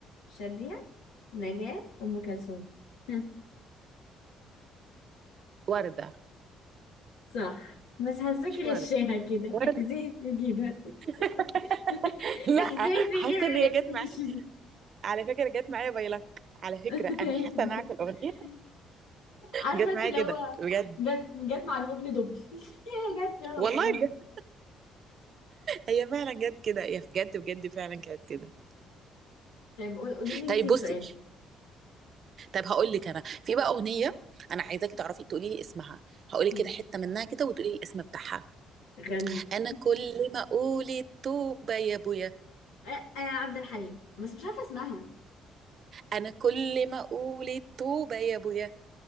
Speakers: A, on the left; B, on the right.
A: شادية نجاة أم كلثوم <laughs>
B: وردة
A: صح بس حاساكي
B: مش وردة
A: غشاها كده
B: وردة
A: <laughs> إحساسي كده
B: <laughs>
A: <laughs>
B: <laughs> لا
A: احساسي
B: حاسه
A: كده
B: ان هي جت معايا
A: مش
B: على فكره جت معايا باي لك على فكره
A: <laughs>
B: انا حاسه ان انا عارفه الاغنيه
A: عارفه
B: جت
A: انت
B: معايا
A: اللي
B: كده
A: هو
B: بجد
A: جت جت مع الهبل دبل <laughs> هي جت كده
B: والله
A: وخلاص
B: بجد هي فعلا جت كده هي بجد بجد فعلا كانت كده
A: طيب قول- قولي لي انت
B: طيب
A: سؤالي
B: بصي طب هقول لك انا في بقى اغنيه انا عايزاكي تعرفي تقولي لي اسمها هقول لك
A: ماشي
B: كده حته منها كده وتقولي لي الاسم بتاعها
A: غني
B: انا كل ما اقول التوبه يا ابويا
A: أه أه عبد الحليم بس مش عارفه اسمها
B: انا كل ما اقول التوبه يا ابويا